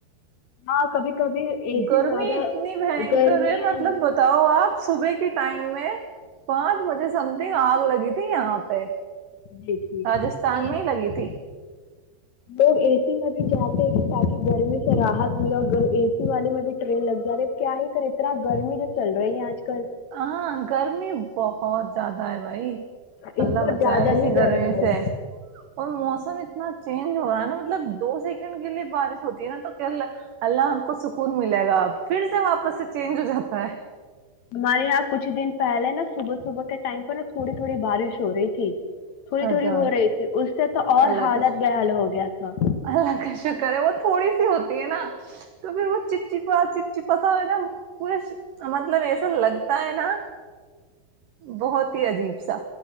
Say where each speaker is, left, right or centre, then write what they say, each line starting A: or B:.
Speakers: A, on the left; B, on the right.
A: ہاں کبھی کبھی اے
B: گرمی
A: سی زیادہ
B: اتنی بنکر
A: گرمی
B: ہے مطلب
A: نا
B: بتاؤ آپ صبح کے ٹائم میں پانچ بجے سم تھنگ آگ لگی تھی یہاں پہ
A: جی اے
B: راجستھان
A: سی
B: ہی لگی
A: میں
B: تھی
A: لوگ ا س سی میں بھی جاتے ہیں کہ تاکہ گرمی سے راحت ملے اور اے سی والے میں بھی ٹرین لگ جا رہی کیا ہی کر اتنا گرمی جو چل رہی ہے آج کل
B: ہاں گرمی بہت زیادہ ہے بھائی
A: اس
B: اللہ
A: بار
B: بچائے
A: زیادہ
B: اسی
A: ہی
B: گرمی
A: گرم ہے
B: سے اور موسم اتنا چینج ہو رہا ہے نا مطلب دو سیکنڈ کے لیے بارش ہوتی ہے نا تو اللہ ہم کو سکون ملے گا اب پھر سے واپس سے چینج ہو جاتا ہے
A: ہمارے یہاں کچھ دن پہلے نا صبح صبح کے ٹائم پہ نا تھوڑی تھوڑی بارش ہو رہی تھی تھوڑی
B: اچھا
A: تھوڑی ہو رہی تھی اس سے تو اور
B: اللہ
A: حالت
B: کا
A: بحال ہو گیا تھا
B: اللہ کا شکر ہے وہ تھوڑی سی ہوتی ہے نا تو پھر وہ چپچپا چپچپاسا نا پورے مطلب ایسا لگتا ہے نا بہت ہی عجیب سا